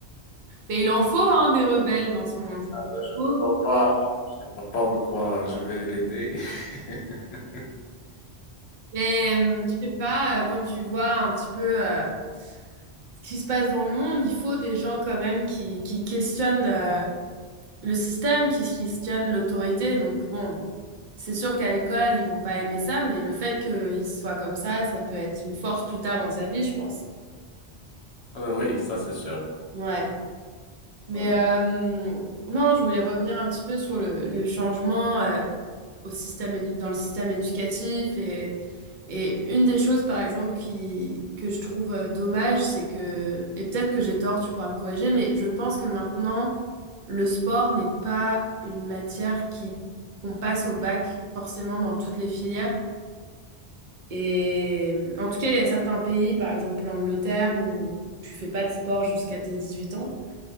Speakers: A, on the right; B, on the left.
A: Mais il en faut hein, des rebelles dans ce monde.
B: euh,
A: Il
B: je
A: faut.
B: ne vois pas, je ne vois pas en quoi je vais l'aider. <laughs>
A: Mais hum, je sais pas, euh, quand tu vois un petit peu. euh, Qu'est-ce qui se passe dans le monde, il faut des gens quand même qui, qui questionnent euh, le système, qui questionnent l'autorité. Donc bon, c'est sûr qu'à l'école, ils vont pas aimer ça, mais le fait qu'ils soient comme ça, ça peut être une force plus tard dans sa vie, je pense.
B: Euh, oui, ça c'est sûr.
A: Ouais. Mais
B: Voilà.
A: euh, non, je voulais revenir un petit peu sur le, le changement euh, au système édu- dans le système éducatif. Et, et une des choses, par exemple, qui, que je trouve euh, dommage, c'est que, et peut-être que j'ai tort, tu pourras me corriger, mais je pense que maintenant, le sport n'est pas une matière qui, qu'on passe au bac forcément dans toutes les filières. Et en tout cas, il y a certains pays, par exemple l'Angleterre, où tu fais pas de sport jusqu'à tes 18 ans.